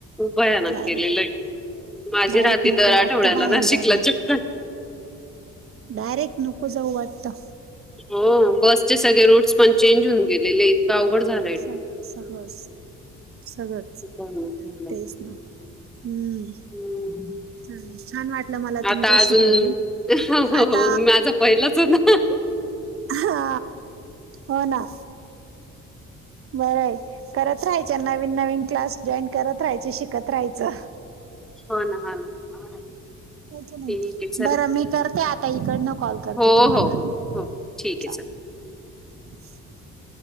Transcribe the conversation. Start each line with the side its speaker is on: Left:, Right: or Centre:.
Centre: भयानक
Right: डायरेक्ट
Centre: केलेलंय. माझी
Right: डायरेक्ट
Centre: <unintelligible>
Right: नको
Centre: दर
Right: वाटतं
Centre: आठवड्याला
Right: बाहेर
Centre: ना शिकला
Right: जायला
Centre: चक्क
Right: डायरेक्ट नको जाऊ वाटत.
Centre: हा बसचे सगळे रूट्स पण चेंज होऊन गेलेले, इतक अवघड झा
Right: सह सहस सगळच,
Centre: खूप भयानक झालंय.
Right: तेच ना. हम्म
Centre: हम्म.
Right: ह छान वाटलं मला तुमच्याशी
Centre: आता अजून
Right: बोलून
Centre: हो
Right: आता
Centre: माझा पहिलाच हो ना
Right: हा हो ना, बरंय. करत राहायच्या. नवीन नवीन क्लास जॉईन करत राहायचे, शिकत राहायचं.
Centre: हो ना, हा ना.
Right: नाहीच नाही.
Centre: ठीक आहे चला.
Right: बरं मी करते आता इकडनं कॉल करते
Centre: हो,
Right: तुम्हाला
Centre: हो,
Right: चालेल.
Centre: हो, हो. ठीक आहे चला.
Right: <inaudible>